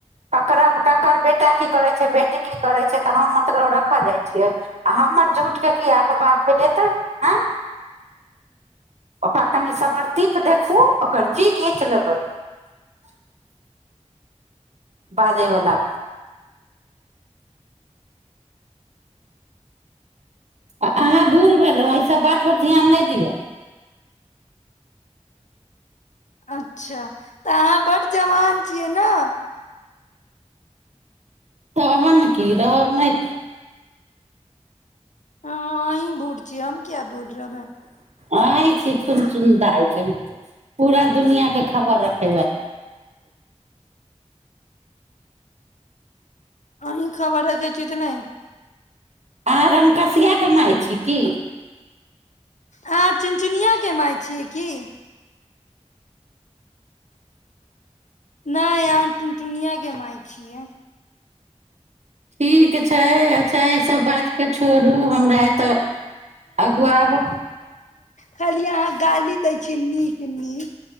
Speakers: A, on the right (about 70°); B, on the left (about 85°).
A: ककर बेटा की करै छै बेटी की करै छै तऽ हम मतलब रखऽ जाइ छियै आ हमर झूठ के की अफवाह फैलेतै ह ओकरा कनि सब प्रतिप देखू ओकर जी घीच ले ह बाजैवला आ अहाँ बूढ़ भेलहुँ एहिसभ बातपर ध्यान नहि दिअ
B: अच्छा तऽ अहाँ बड जवान छियै नहि
A: तह न की रहब नहि तऽ
B: अहीं बूढ़ छियै हम किया बूढ़ रहबै
A: अइ छी फुर चुनादय कही के पूरा दुनिआँके खबर रखेबै
B: अ खबा रख छी तऽ नहि
A: अहाँ राममकसियाकके मााय छी की
B: अहाँ चुनचुनियाके मााय छियै की नहि आनटुनटुनियाके माय छीये
A: ठीक छै अच्छा ईसभ बातकेँ छोड़ू हमरा एतऽ आगू आब
B: खालिय अहाँ गाली दै छीय नीक नीक